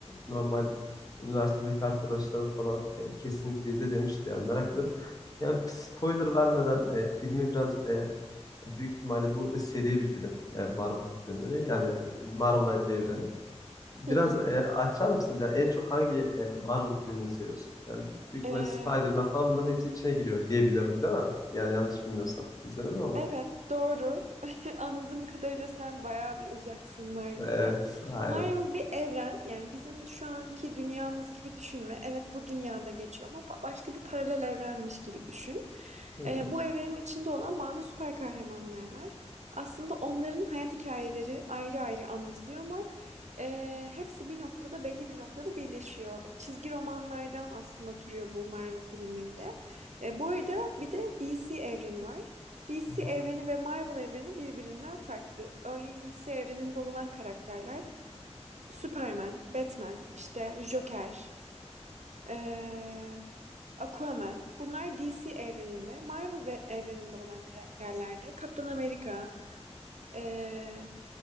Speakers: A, on the left (about 30°); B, on the right (about 80°).
A: normal üniversitedeki arkadaşlarım falan e, kesinlikle izle demişti. Yani merak ediyorum. Yani spoiler vermeden e, filmi biraz e, Büyük ihtimalle bu e, seri bir film. e, Marvel filmleri yani Marvel e, evreni. Biraz
B: Hı
A: e, açar mısınız? Yani en çok hangi e, Marvel filmini seviyorsunuz? Yani büyük ihtimalle
B: hı.
A: Spider-Man falan bunların hepsi içine giriyor diye biliyorum değil mi? Yani yanlış bilmiyorsam. İzlemedim ama.
B: Evet, doğru. <laughs> Anladığım kadarıyla sen bayağı bir uzaksın Marvel'dan.
A: Evet, aynen.
B: Marvel bir evren. Yani bizim şu anki dünyamız gibi düşünme. Evet bu dünyada geçiyor ama pa- başka bir paralel evrenmiş gibi düşün.
A: Peki.
B: Ee, bu evrenin içinde olan bazı süper kahramanlar var. Aslında onların hayat hikayeleri ayrı ayrı anlatılıyor ama e, hepsi bir noktada belli bir noktada birleşiyor. Çizgi romanlardan aslında türüyor bu Marvel filmleri de. E, bu arada bir de DC evreni var. DC
A: Hı hı.
B: evreni ve Marvel evreni birbirinden farklı. Örneğin DC evreninde olan karakterler Superman, Batman, işte Joker, eee, Aquaman. Bunlar DC evreninde. Marvel ve evreninde olan karakterlerde, de Kaptan Amerika, ee,